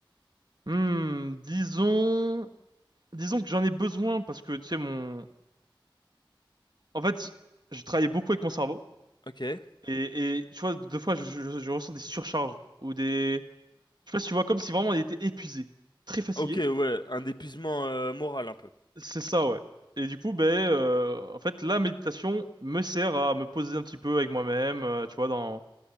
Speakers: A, on the right; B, on the left.
A: Hmm, disons, disons que j'en ai besoin parce que, tu sais, mon, en fait, je travaillais beaucoup avec mon cerveau
B: Ok.
A: et, et tu vois, deux fois, je, je- je ressens des surcharges ou des, je sais pas si tu vois, comme si vraiment il était épuisé, très fatigué.
B: Ok, ouais, un épuisement euh, moral un peu.
A: C'est ça, ouais. Et du coup, ben, euh, en fait, la méditation me sert à me poser un petit peu avec moi-même, euh, tu vois, dans,